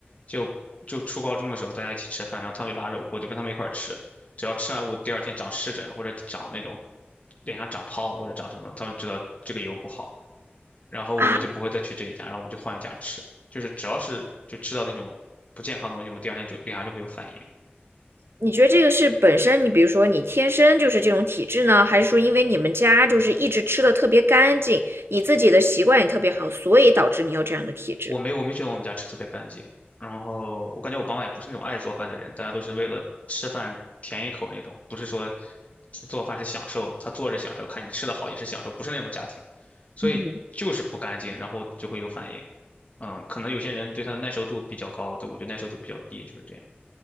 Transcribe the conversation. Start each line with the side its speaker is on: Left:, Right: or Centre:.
Left: 就就初高中的时候，大家一起吃饭，然后他们就拉着我，我就跟他们一块儿吃，只要吃完我第二天长湿疹或者长那种脸上长泡或者长什么，他们知道这个油不好，然后我们就不会再去这一家，
Right: 啊。
Left: 然后我们就换一家吃，就是只要是就吃到那种不健康的东西，我第二天就脸上就会有反应。
Right: 你觉得这个是本身你比如说你天生就是这种体质呢，还是说因为你们家就是一直吃的特别干净，你自己的习惯也特别好，所以导致你有这样的体质？
Left: 我没有，我没觉得我们家吃特别干净。然后我感觉我爸妈也不是那种爱做饭的人，大家都是为了吃饭填一口那种，不是说做饭是享受，他做着享受，看你吃的好也是享受，不是那种家庭，所以就是不干净，
Right: 嗯。
Left: 然后就会有反应。嗯，可能有些人对它的耐受度比较高，对，我觉得耐受度比较低，就是这样。